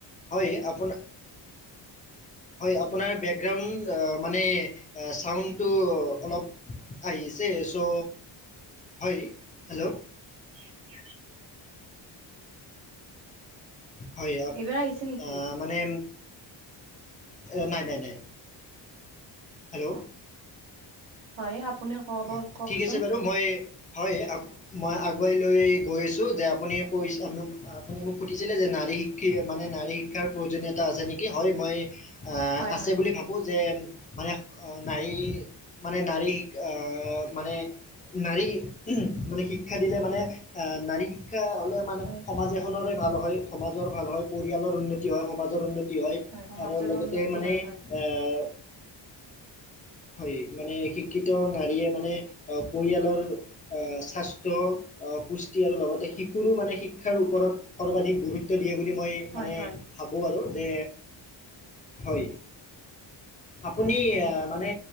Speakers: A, on the left; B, on the right.
A: হয়, আপোনাৰ হয় আপোনাৰ বেকগ্ৰাউণ্ড অহ মানে শাওন টো অলপ আহিছে চ হয়, হেল্ল'?
B: <inaudible>
A: হয়
B: এইবাৰ আহিছে নেকি?
A: আ, মানে অ, নাই-নাই-নাই। হেল্ল'?
B: অ হয় আপুনি কব
A: অ,
B: কওকচোন
A: ঠিক আছে বাৰু মই হয় মই আগুৱাই লৈ গৈ আছোঁ যে আপুনি কৈ আপুনি মোক সুধিছিলে যে নাই নাৰী শিক্ষ মানে নাৰী শিক্ষাৰ প্ৰয়োজনীয়তা আছে নেকি? হয় মই আহ,
B: হয়
A: আছে
B: হয়
A: বুলি ভাবো যে মানে নাৰী মানে নাৰী আহ, মানে নাৰী মানে শিক্ষা দিলে মানে নাৰী শিক্ষা হ'লে মানে
B: হয়
A: সমাজ এখনৰে ভাল হয়, সমাজ ৰ ভাল হয়, পৰিয়ালৰ উন্নতি হয়, সমাজৰ উন্নতি হয়,
B: সমাজৰো
A: আৰু লগতে
B: উন্নতি
A: মানে
B: হয় হয়
A: আহ, হয় মানে শিক্ষিত নাৰীয়ে মানে পৰিয়ালৰ আহ, স্বাস্থ্য, আহ, পুষ্টি আৰু লগতে শু মানে শিক্ষাৰ ওপৰত সৰ্বাধিক গুৰুত্ব হেইবুলি মই
B: হয়
A: মানে
B: হয়
A: ভাবো আৰু যে, হয়। আপুনি
B: হয়
A: আহ, মানে